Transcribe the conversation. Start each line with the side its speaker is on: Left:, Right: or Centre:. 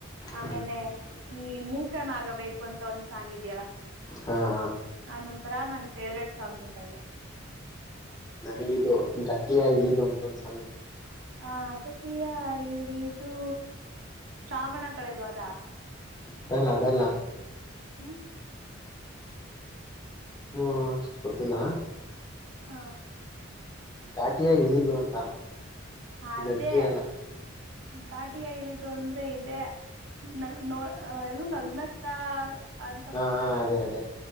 Right: ಆಮೇಲೆ
Left: ಹಾ
Right: ಈ ಮೂಕನಾಗಬೇಕು ಅಂತ ಒಂದ್ ಸಾಂಗ್ ಇದ್ಯಲ್ಲ
Left: ಹಾ ಹಾ
Right: ಅ <unintelligible> ನೊಂಂತರ ನನ್ ಫೇವ್ರೇಟ್ ಸಾಂಗ್ ಇದ್ದಂಗೆ
Left: ನನಗಿದದು ಗಟ್ಟಿಯ ಇಳಿದು ಅಂತ <inaudible>
Right: ಹ ಗಟಿಯ ಇಳಿದು ಶ್ರಾವಣ ಕಳೆದು ಅದಾ
Left: ಅದಲ್ಲ ಅದಲ್ಲ
Right: ಹ್ಮ
Left: ಹ <unintelligible> ಗೊತ್ತಿಲ್ಲ
Right: ಹಾ
Left: ಘಾಟಿಯ ಇಳಿದು ಅಂತ
Right: ಅದೇ
Left: ಗಟ್ಟಿ ಅಲ್ಲ
Right: ಗಾಟಿಯಾ ಇಳಿದು ಅಂದ್ರೆ ಇದೆ <unintelligible> ನೋ ಏ ನಗ್ನಗ್ತಾ ಅಂತ
Left: ಹಾ
Right: ಬರುದಲ್ಲ
Left: ಅದೇ
Right: ಅದ
Left: ಅದೇ